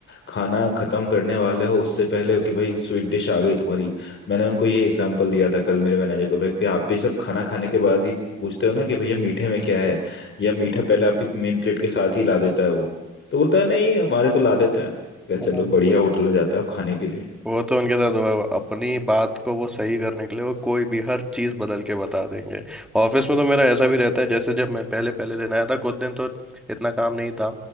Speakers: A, on the left; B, in the centre.
A: खाना खत्म करने वाले हो उससे पहले हो कि भाई स्वीट डिश आ गई तुम्हारी मैंने उनको ये एग्जांपल दिया था कल मेरे मैनेजर को भाई कि आप भी सब खाना खाने के बाद ही पूछते हो ना कि भैया मीठे में क्या है या मीठा पहले आपकी मेन प्लेट के साथ ही ला देता है वो तो बोलता है नहीं हमारे तो ला देता है क्या चलो
B: हाँ
A: बढ़िया होटल में जाता है आप खाने के लिए
B: वो तो उनके साथ हुआ है, वो अपनी बात को वो सही करने के लिए वो कोई भी हर चीज़ बदल के बता देंगे ऑफिस में तो मेरा ऐसा भी रहता है जैसे जब मैं पहले पहले दिन आया था कुछ दिन तो इतना काम नहीं था